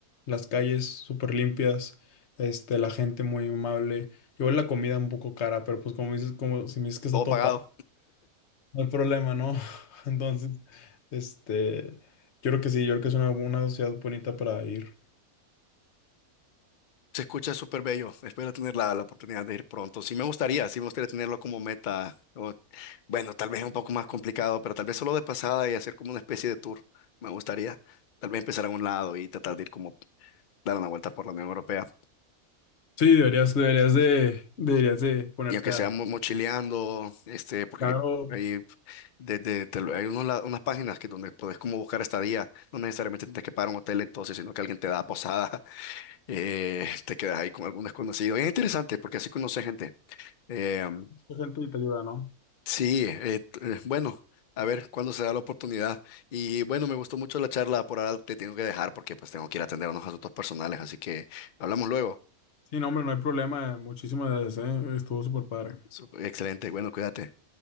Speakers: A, on the left; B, on the left.
A: las calles súper limpias este, la gente muy amable. Igual la comida un poco cara, pero pues como dices, como si me dices que está
B: Todo
A: topa,
B: pagado.
A: no hay problema, ¿no? <laughs> Entonces, este, yo creo que sí, yo creo que es una, una ciudad bonita para ir.
B: Se escucha súper bello. Espero tener la, la oportunidad de ir pronto. Sí me gustaría, sí me gustaría tenerlo como meta. O- bueno, tal vez un poco más complicado, pero tal vez solo de pasada y hacer como una especie de tour. Me gustaría. Tal vez empezar en un lado y tratar de ir como dar una vuelta por la Unión Europea.
A: Sí, deberías, deberías de, deberías de ponerte
B: Y aunque sea
A: a...
B: mo- mochileando, este, porque
A: Claro,
B: hay, de- de- te lo- hay unos la- unas páginas que donde puedes como buscar estadía, no necesariamente tienes que pagar un hotel entonces, sino que alguien te da posada, <laughs> eh, te quedas ahí con algún desconocido. Y es interesante porque así conoces gente. Eh,
A: mucha gente te ayuda, ¿no?
B: sí, eh, t- eh, bueno. A ver cuándo se da la oportunidad. Y bueno, me gustó mucho la charla. Por ahora te tengo que dejar porque pues tengo que ir a atender unos asuntos personales. Así que hablamos luego.
A: Sí, no, hombre, no hay problema. Muchísimas gracias, ¿eh? Estuvo súper padre.
B: Sup- Excelente. Bueno, cuídate.